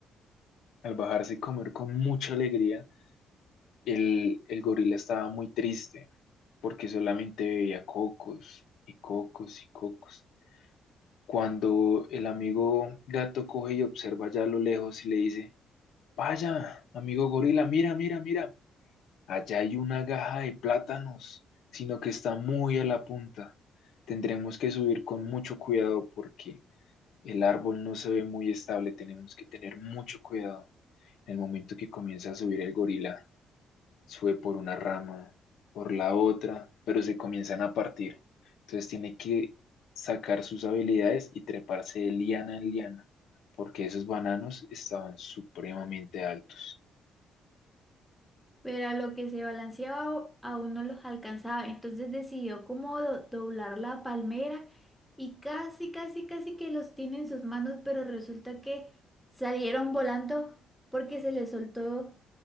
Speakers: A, on the left (about 75°); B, in the centre.
A: Al bajarse y comer con mucha alegría, el, el gorila estaba muy triste porque solamente veía cocos y cocos y cocos. Cuando el amigo gato coge y observa ya a lo lejos y le dice, vaya, amigo gorila, mira, mira, mira, Allá hay una gaja de plátanos, sino que está muy a la punta. Tendremos que subir con mucho cuidado porque el árbol no se ve muy estable. Tenemos que tener mucho cuidado. En el momento que comienza a subir el gorila, sube por una rama, por la otra, pero se comienzan a partir. Entonces tiene que sacar sus habilidades y treparse de liana en liana, porque esos bananos estaban supremamente altos,
B: Pero a lo que se balanceaba o- aún no los alcanzaba. Entonces decidió como do- doblar la palmera y casi, casi, casi que los tiene en sus manos, pero resulta que salieron volando porque se les soltó